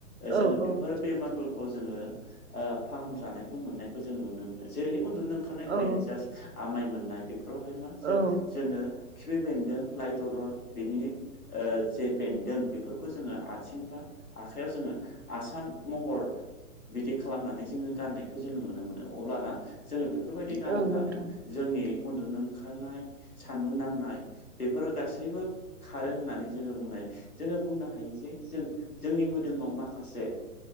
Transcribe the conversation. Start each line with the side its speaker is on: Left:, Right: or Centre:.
Left: जोङो
Right: औ
Left: बेफोर बेमार जोङो ओ फाहाम जानायखौ मोननायखौ जोङो नुनो मोनो जेरै उन्दुनो ओंखारनाय ओरैनो
Right: औ
Left: जास्ट आमाय मोननाय बेफोरावहाय मा जो
Right: औ
Left: जोङो खिफि बेन्दों लाइ दलर बिनि ओ जे बेन्दों बेफोरखौ जोङो आथिं बा आखाइयाव जोङो आसान महर बिदि खालामनानै जोङो गाननायखौ जोङो नुनो मोनो। अब्लाना जोङो बेफोरबायदि गानोब्लानो
Right: औ नोंथां
Left: जोंनि उन्दुनो ओंखारनाय सान्दुं नांनाय बेफोर गासैबो खारो होननानै जोङो बुंनाय जोङो बुंनो हायो जे जों जोंनि मोदोमाव माखासे